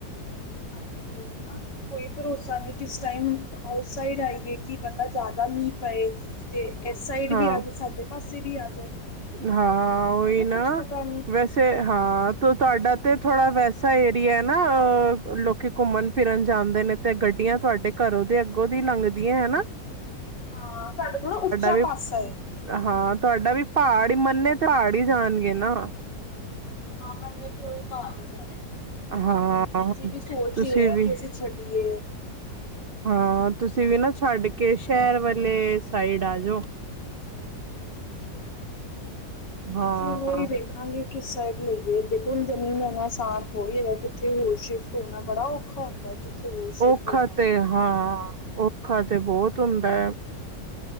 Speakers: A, on the left (about 75°); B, on the right (about 75°).
A: ਹਾਂਜੀ ਓਹੀ ਨਾ, ਕੋਈ ਭਰੋਸਾ ਨੀ ਕਿਸ ਟਾਈਮ ਉਸ ਸਾਈਡ ਆਈਏ ਕਿ ਪਤਾ ਜੈਦਾ ਮੀਂਹ ਪਏ। ਤੇ ਏਸ ਸਾਈਡ
B: ਹਾਂ
A: ਵੀ ਆ ਜੇ, ਸਾਡੇ ਪਾਸੇ ਵੀ ਆ ਜਾਏ।
B: ਹਾਂ, ਓਹੀ
A: ਹਨਾ
B: ਨਾ
A: ਕੁੱਛ ਪਤਾ ਨੀ
B: ਵੈਸ ਸੇ ਹਾਂ ਤੇ ਤੁਆਡਾ ਤੇ ਥੋੜ੍ਹਾ ਵੈਸਾ ਏਰੀਆ ਈ ਨਾ ਅ ਲੋਕੀ ਘੁੰਮਣ ਫਿਰਨ ਜਾਂਦੇ ਨੇ ਤੇ ਗੱਡੀਆਂ ਤੁਆਡੇ ਘਰੋਂ ਦੇ ਅੱਗੋਂ ਦੀ ਲੰਘਦੀਐ ਹੈਨਾ।
A: ਹਾਂ, ਸਾਡਾ ਥੋੜ੍ਹਾ ਉੱਚਾ
B: ਵੀ
A: ਪਾਸਾ ਏ।
B: ਹਾਂ, ਤੁਆਡਾ ਵੀ ਪਹਾੜ ਹੀ ਮੰਨੇ ਤੇ ਪਹਾੜ ਹੀ ਜਾਣਗੇ ਨਾ।
A: ਹਾਂ, ਮਨੇ ਤੇ ਪਹਾੜ ਹੀ ਜਾਏਂਗੇ।
B: ਹਾਂ
A: ਅਸੀਂ ਵੀ ਸੋਚ
B: ਤੁਸੀਂ
A: ਹੀ ਰਹੇ ਆਂ
B: ਵੀ
A: ਕਿ ਅਸੀਂ ਛੱਡੀਏ।
B: ਹਾਂ, ਤੁਸੀਂ ਵੀ ਨਾ ਛੱਡ ਕੇ ਸ਼ਹਿਰ ਵਾਲੇ ਸਾਈਡ ਆ ਜੋ। ਹਾਂ
A: ਅਸੀ ਹੁਣ ਓਹੀ ਵੇਖ ਹਾਂਜੀ, ਕਿਸ ਸਾਈਡ ਲਈਏ ਦੇਖੋ ਹੁਣ ਜ਼ਮੀਨ ਲੈਨਾ ਆਸਾਨ ਥੋੜ੍ਹੀ ਹੈਗੈ। ਕਿੱਥੇ ਹੋਰ ਸ਼ਿਫਟ ਹੋਣਾ ਬੜਾ ਔਖਾ ਹੁੰਦਾ ਏ। ਕਿੱਥੇ ਹੋਰ ਸ਼ਿਫਟ
B: ਔਖਾ
A: ਹੋਣਾ
B: ਤੇ ਹਾਂ ਔਖਾ ਤੇ ਬਹੁਤ ਹੁੰਦੈ।